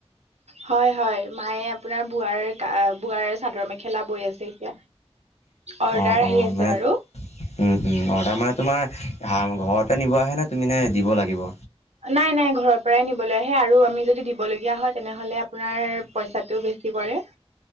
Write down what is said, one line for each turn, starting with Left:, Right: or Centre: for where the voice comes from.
Right: হয়-হয় মায়ে আপোনাৰ বোৱাৰ বোৱাৰ চাদৰ মেখেলা বৈ আছে এতিয়া। অৰ্ডাৰ
Left: অঁ অঁ
Right: আহি আছে
Left: মানে অৰ্ডাৰ
Right: বাৰু
Left: মানে তোমাৰ ঘৰতে নিব আহে ন তুমি নে দিব লাগিব?
Right: নাই নাই ঘৰৰ পৰাই নিবলৈ আহে আৰু আমি যদি দিবলগীয়া হয়। তেনেহলে আপোনাৰ পইচাটো বেছি পৰে। <inaudible>